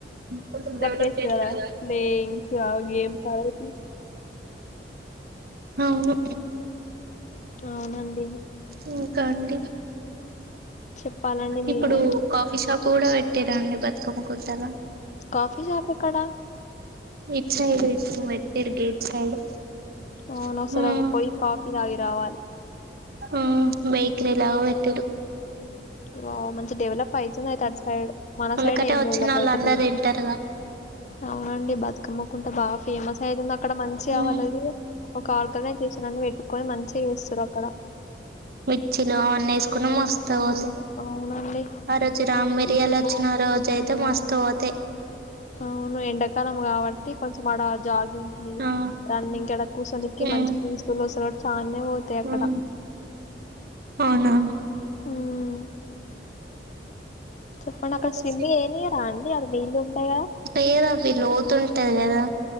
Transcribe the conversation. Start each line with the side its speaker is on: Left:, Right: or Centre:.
Right: కొంచం డెవలప్
Left: చేసిర్రు
Right: చేసిరి కదా <inaudible>
Left: ప్లేయింగ్స్ ఆ గేమ్స్ ఆడేసి.
Right: అవును
Left: అవునండి.
Right: ఇంకా అండి
Left: చెప్పాలండి
Right: ఇప్పుడు
Left: మీరే.
Right: కాఫీ షాప్ కూడా పెట్టారండి బతుకమ్మ కొత్తల
Left: కాఫీ షాప్ ఎక్కడ?
Right: ఇటు సైడు ఇ పెట్టారు గేట్ సైడ్
Left: అవును.
Right: ఉమ్
Left: ఒకసారి అక్కడ పోయి కాఫీ తాగి రావాలి.
Right: ఉమ్ బీ ఇలాభ ఎతేరు <inaudible>
Left: వావ్! మంచి డెవలప్ అయితుందయితే అటు సైడ్. మన
Right: వాళకటే
Left: సైడ్ ఏం
Right: వచ్చిన
Left: డెవలప్
Right: వాళ్ళు
Left: అయితలేదు.
Right: అందరు తింటారుగా
Left: అవునండి. బతుకమ్మ కుంట బాగా ఫేమస్ అయితుంది. అక్కడ మంచిగా
Right: ఉమ్
Left: వాళ్ళది ఒక ఆర్గనైజేషన్ అని పెట్టుకొని మంచిగా చేస్తుర్రు అక్కడ.
Right: మిర్చిలు అ ఎకున వస్త
Left: అవును.
Right: పోతే
Left: అవునండి.
Right: ఆ రోజు రామ్ మిరియాలో
Left: ఇప్పుడు
Right: వచ్చిన రోజు అయితే
Left: ఆ!
Right: మస్తు పోతా
Left: అవును ఎంకాలం కాబట్టి కొంచం జాగింగ్ కి
Right: ఆ
Left: రన్నింగ్ ఎడ కూర్చొనికి
Right: ఉమ్
Left: మంచి పీస్ స చాలానే పోతాయి అక్కడ
Right: ఉమ్ అవునా
Left: హ్మ్. చెప్పండి అక్కడ
Right: ఆట
Left: స్విమ్ ఏనియరా అండి అడ నీళ్ళు ఉంటాయి కదా
Right: వెయ్యరు అవి లోతు త్త కదా